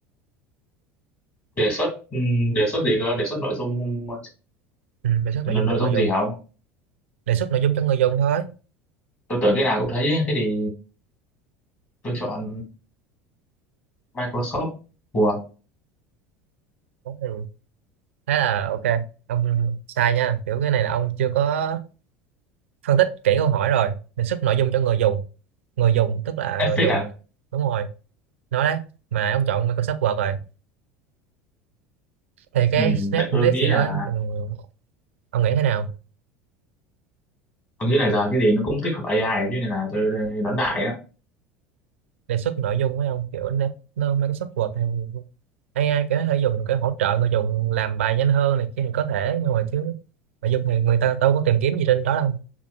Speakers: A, on the left; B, on the right.
A: đề xuất ừ, đề xuất gì cơ đề xuất nội dung nội,
B: ừ, Đề xuất nội dung
A: nội
B: cho người
A: dung
B: dùng
A: gì không
B: đề xuất nội dung cho người dùng thôi
A: tôi tưởng cái nào cũng thấy ấy. thế thì tôi chọn Microsoft của
B: Đó thì là ok ông sai nha kiểu cái này là ông chưa có phân tích kỹ câu hỏi rồi đề xuất nội dung cho người dùng người dùng tức là
A: Netflix
B: người dùng
A: à
B: đúng rồi nói đấy mà ông chọn Microsoft Word rồi thì cái
A: ừ,
B: Snake
A: tại tôi
B: List
A: nghĩ
B: thì
A: là
B: nó ừ, ông nghĩ thế nào
A: tôi nghĩ là giờ cái gì nó cũng tích hợp AI chứ nên là tôi đoán đại á
B: đề xuất nội dung với ông kiểu nó, nó Microsoft Word hay AI kiểu nó thể dùng cái hỗ trợ người dùng làm bài nhanh hơn này kia thì có thể nhưng mà chứ nội dung thì người ta đâu có tìm kiếm gì trên đó đâu